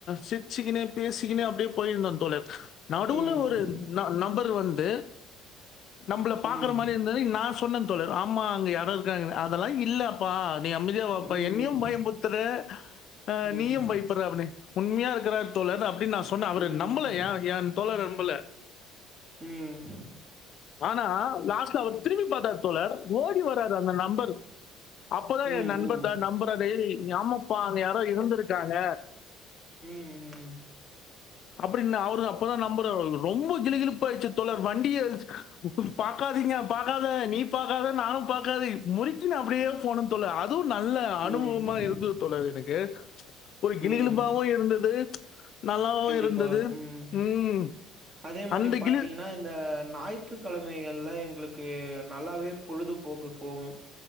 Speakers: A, on the left; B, on the right.
A: சிச்சிகினு பேசிகினு அப்டியே போயிருந்தோ தோழர் நடுவுல
B: ம்.
A: ஒரு ந நம்பர் வந் ட்டு நம்பள
B: ம்.
A: பாக்ற மாரி இருந்தது நான் சொன்னேன் தோழர் ஆமா அங்க யாரோ இருக் காங்கத அதல்லா இல்லப் ப்பா நீ அமைதியா வாப்பா
B: ம்.
A: என்னியும் பயம்புத்துற அ
B: ம்.
A: நீயும் பயப்பற்ற அப்ன்னே உண்மையா இருக்கிறார் தோழர் அப்பி ன்னு நான் சொன்ன அவுரு
B: ம். ம்.
A: நம்பளயா என் தோழர்ன் ப்புள
B: ம்,
A: ஆனா லாஸ்ட்ல அவர் திரும்பி பாத்தார் தோழர் ஓடி வறாரு அந்த நம்பர் அப்பதா
B: ம்.
A: எ நண்பர்ட்ட நம்பரதே ஏமாத் ப்பா அங்க யாரோ இருந்திருக்காங்க
B: உம் உம்
A: அப்டினு அவரு அப்பதா நம்பரு ரொம்ப கிழுகிழுப்பா ஆயிட்ச்சு தோழர் வண்டிய ப் பாக்காதீங்க பாக்காத நீ பாக்காத நானு பாக்காதே முறிக்கினு அப்படியேப் போனோ தோழர் அதுவு நல்ல அனுபவமா
B: ம்.
A: இருந்தது தோழர் எனக் ஏக் ஒரு கிழுகிழுப்பாவு
B: ம்.
A: இருந்தது நல்லாவும்
B: கண்டிப்பா
A: இருந்தது
B: உம்
A: ம்
B: அதே மாரி
A: அந்த
B: பாத்தீங்கன்னா
A: கிளி
B: இந்த நாய் ற்றுக்கெழமைகள்ல எங்களுக்கு நல்லாவே பொழுதுபோக்கு போகும்